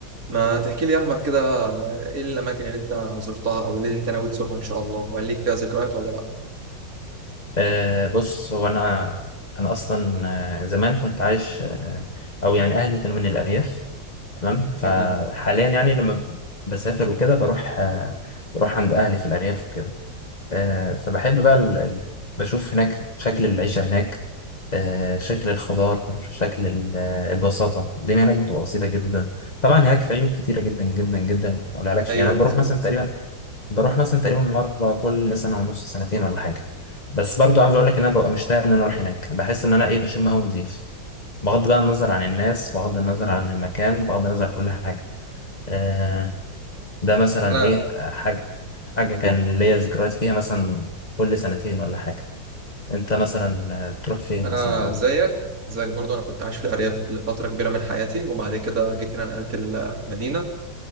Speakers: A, on the right; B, on the left.
A: ما تحكي لي يا احمد كده ايه الاماكن اللي انت زرتها او اللي انت ناوي تزورها ان شاء الله وهل ليك فيها ذكريات ولا لا
B: أه بص هو انا انا اصلا آه، زمان كنت عايش أه او يعني اهلي كانوا من الارياف تمام فحاليا
A: جميل
B: يعني لما بسافر وكده بروح أه بروح عند اهلي في الارياف كده أه فبحب بقى ال... ال- بشوف هناك شكل العيشه هناك أه شكل الخضار شكل ال- آه، البساطه الدنيا هناك بتبقى بسيطه جدا طبعا هناك في عيوب كتيره جدا جدا جدا ما اقولهالكش
A: ايوه
B: يعني أنا بروح
A: مظبوط
B: مثلا تقريبا بروح مثلا تقريبا مرة كل سنة ونص سنتين ولا حاجة بس برضو عاوز اقول لك ان انا ببقى مشتاق ان انا اروح هناك بحس ان انا ايه بشم هوا نضيف بغض بقى النظر عن الناس بغض النظر عن المكان بغض النظر عن كل حاجة آه ده مثلا
A: انا
B: ايه آه، حاجة حاجة كان ليا ذكريات فيها مثلا كل سنتين ولا حاجة انت مثلا آه، بتروح فين
A: انا
B: مثلا أو
A: زيك زيك برضو انا كنت عايش في الارياف لفتره كبيره من حياتي وبعد كده جيت هنا نقلت المدينه